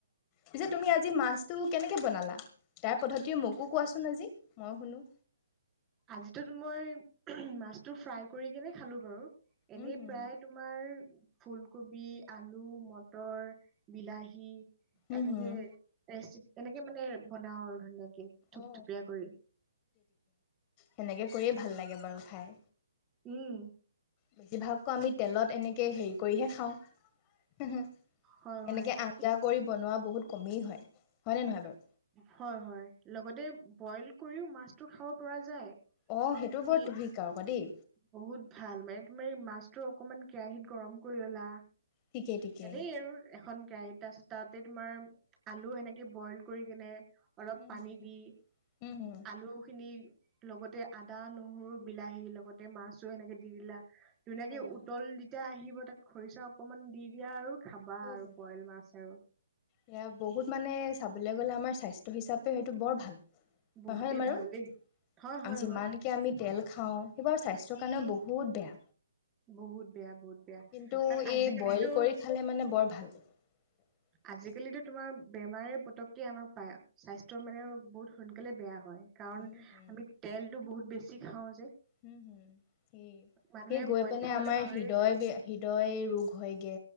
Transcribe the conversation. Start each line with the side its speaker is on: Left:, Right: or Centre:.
Left: পিছে তুমি আজি মাছটো কেনেকে বনালা তাৰ পদ্ধতিৰে মোকো কোৱাচোন আজি মই শুনো
Right: আজিতোত মই মাছটো ফ্ৰাই কৰি কেনে খালো বাৰু এনেই
Left: উম হুম
Right: প্ৰায় তোমাৰ ফুলকবি আলু মটৰ বিলাহী
Left: উম
Right: এনেকে ৰেচি এনেকে মানে বনাওঁ আৰু ভাল লাগে থুপথুপীয়া
Left: অ
Right: কৈ
Left: তেনেকে কৰিয়ে ভাল লাগে বাৰু খাই
Right: উম
Left: বেছিভাগকৈ আমি তেলত এনেকে হেৰি কৰিহে খাওঁ উহো
Right: হয় হয়।
Left: এনেকে আঞ্জা
Right: ই-
Left: কৰি বনোৱা বহুত কমে হয, হয় নে নহয় বাৰু
Right: হয় হয় লগতে বইল কৰিও মাছতো খাব পৰা যায়
Left: অ সেইটো
Right: তুমি
Left: বৰ তু ভিক আৰুক দেই
Right: বহুত ভাল মানে তুমাৰ এই মাছ টো অকনমান কেৰাহীত গৰম কৰি ললা
Left: ঠিকেই ঠিকেই
Right: এনেই আৰু এখন কেৰাহত তাৰপাছত তাতে তোমাৰ আলু সেনেকে বইল কৰি কেনে অলপ
Left: উম
Right: পানী
Left: হুম
Right: দি
Left: উম হুম
Right: আলু খিনি লগতে আদা নহৰু বিলাহী লগতে মাছো এনেকে দি দিলা। ধুনীয়াকে
Left: হয় হয়
Right: উতল যেতিয়া আহি আৰু তাত খৰিচা অকনমান দি দিয়া আৰু খাবা
Left: অ
Right: আৰু
Left: হ
Right: বইল মাছ আৰু।
Left: এয়া বহুত মানে চাবলৈ গ'লে আমাৰ স্বাস্থ্য হিচাপেও সেইটো বৰ ভাল।
Right: বহুতেই
Left: হয় হয় বাৰু
Right: ভাল দেই হয় হয়
Left: যিমানকে
Right: হয়
Left: আমি তেল খাওঁ সেইবাৰ স্বাস্থ্য কাৰণেও বহুত বেয়া।
Right: বহুত বেয়া বহুত বেয়া কাৰণ
Left: কিন্তু
Right: আজিকালিতো
Left: এই বইল কৰি খালে <unintelligible>
Right: আজিকালিতো
Left: উম
Right: তোমাৰ বেমাৰে পতককে আমাক পায় স্বাস্থ্যৰ মানে বহুত সোনকালে বেয়া হয়। কাৰণ
Left: হুম
Right: আমি তেলতো বহুত বে ছি খাওঁ যে।
Left: হম হম সেই
Right: মানুহে
Left: সেই গৈ
Right: বইল
Left: পেনে
Right: খাবলৈ
Left: আমাৰ
Right: পাহৰিয়ে
Left: হৃদয়
Right: যায়
Left: হৃদয় ৰোগ হয়গে